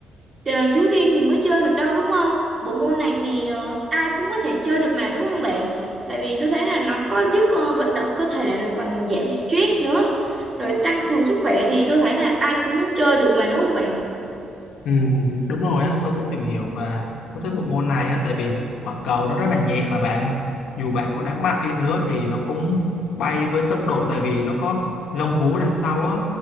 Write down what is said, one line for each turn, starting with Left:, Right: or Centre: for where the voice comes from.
Right: Ờ, thiếu liên thì mới chơi được đâu đúng không? Bộ môn này thì ờ, ai cũng có thể chơi được mà đúng không bạn? Tại vì tôi thấy là nó có giúp ờ, vận động cơ thể rồi còn giảm stress nữa. Rồi tăng cường sức khỏe thì tôi thấy là ai cũng chơi được mà đúng không bạn?
Left: Ừ, đúng rồi á, tôi cũng tìm hiểu và tôi thích bộ môn này á, tại vì quả cầu nó rất là nhẹ mà bạn dù bạn có đá mạnh đi nữa thì nó cũng bay với tốc độ tại vì nó có lông vú đằng sau á